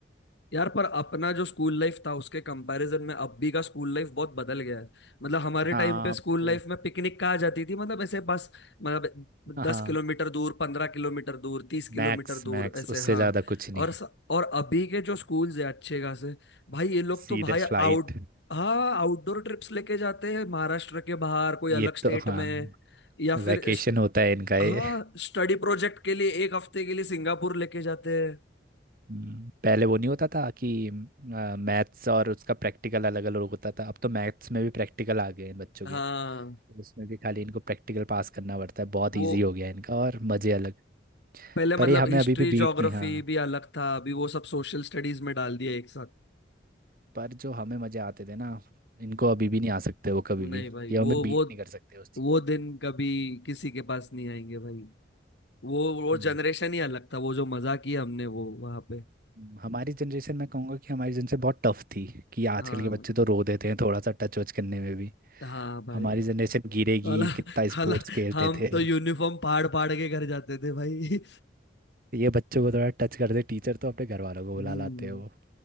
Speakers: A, on the left; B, on the right.
A: यार पर अपना जो स्कूल लाइफ था उसके कंपैरिजन में अभी का स्कूल लाइफ बहुत बदल गया है मतलब हमारे
B: हाँ
A: टाइम पे
B: अब
A: स्कूल
B: तो
A: लाइफ में पिकनिक कहाँ जाती थी मतलब ऐसे बस मतलब
B: हाँ
A: दस किलोमीटर दूर पंद्रह किलोमीटर दूर तीस किलोमीटर
B: मैक्स मैक्स
A: दूर ऐसे
B: उससे
A: हाँ
B: ज़्यादा कुछ नहीं
A: और स, और अभी के जो स्कूल्स है अच्छे खासे भाई ये लोग
B: सीधे
A: तो भाई आउट
B: फ्लाइट
A: हाँ आउटडोर ट्रिप्स लेके जाते हैं महाराष्ट्र के बाहर कोई अलग
B: ये
A: स्टेट
B: तो हाँ
A: में या फिर
B: वैकेशन
A: स्ट-
B: होता है इनका ये
A: हाँ स्टडी प्रोजेक्ट के लिए एक हफ्ते के लिए सिंगापुर लेके जाते हैं
B: हम्म, पहले वो नहीं होता था कि मैथ्स और उसका प्रैक्टिकल अलग अलग होता था अब तो मैथ्स में भी प्रैक्टिकल आ गए हैं बच्चों
A: हाँ
B: के तो उसमें भी खाली इनको प्रैक्टिकल पास करना पड़ता है बहुत
A: वो
B: इजी हो गया है इनका और मज़े अलग
A: पहले मतलब
B: पर ये हमें
A: हिस्ट्री
B: अभी भी बीट
A: ज्योग्राफी
B: नहीं हाँ
A: भी अलग था अभी वो सब सोशल स्टडीज में डाल दिया एक साथ
B: पर जो हमें मज़े आते थे ना इनको अभी भी नहीं आ सकते वो कभी
A: नहीं
B: भी
A: भाई
B: ये
A: वो
B: हमें बीट
A: वो
B: नहीं कर सकते उस चीज़
A: वो दिन कभी किसी के पास नहीं आएंगे भाई वो वो
B: हम्म,
A: जनरेशन ही अलग था वो जो मजा किया हमने वो वहां पे
B: हम्म, हमारी जनरेशन मैं कहूँगा कि हमारी जनरेशन बहुत टफ थी कि आजकल
A: हाँ
B: के बच्चे तो रो देते हैं थोड़ा सा टच वच करने में भी
A: हाँ भाई
B: हमारी जनरेशन गिरेगी
A: हाला
B: कितना स्पोर्ट्स
A: हाला
B: खेलते
A: हम
B: थे
A: तो यूनिफॉर्म फाड़ फाड़ के घर जाते थे भाई
B: ये बच्चों को थोड़ा टच कर दे टीचर तो अपने घर वालों को बुला
A: हम्म
B: लाते हैं वो